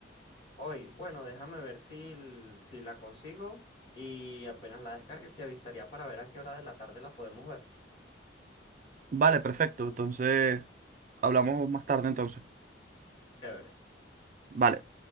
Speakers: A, on the left; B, on the right.
A: Hoy, bueno, déjame ver si, l- si la consigo y apenas la descargue te avisaría para ver a qué hora de la tarde la podemos ver.
B: Vale, perfecto. Entonces, hablamos más tarde entonces.
A: Chévere.
B: Vale.